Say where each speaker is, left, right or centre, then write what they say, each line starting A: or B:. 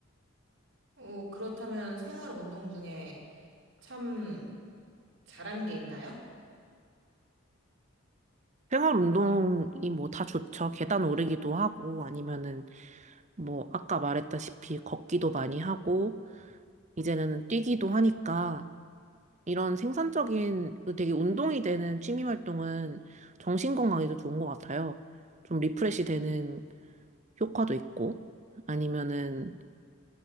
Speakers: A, on the right (about 60°); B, on the right (about 35°).
A: 어, 그렇다면 생활 운동 중에 참 잘하는 게 있나요?
B: 생활 운동이 뭐 다 좋죠. 계단 오르기도 하고 아니면은 뭐 아까 말했다시피 걷기도 많이 하고 이제는 뛰기도 하니까 이런 생산적인 그 되게 운동이 되는 취미 활동은 정신 건강에도 좋은 것 같아요. 좀 리프레시 되는 효과도 있고 아니면은